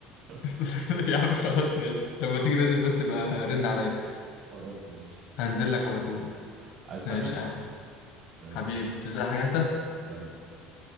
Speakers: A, on the right; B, on the left.
A: <laughs>
B: <laughs> يا عم خلاص ماشي لما تيجي نازل بس يبقى رن عليا
A: خلاص ماشي
B: هنزل
A: يلا
B: لك على طول
A: عايز
B: ماشي
A: حاجة
B: يا عم
A: سلام
B: حبيبي تزهق حاجة انت
A: سلام سلام